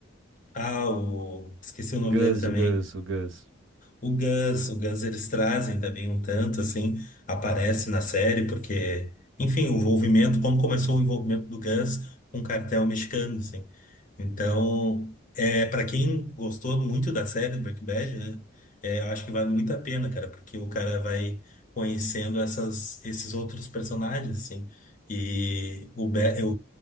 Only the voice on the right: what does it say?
Gus,
o Gus, o Gus.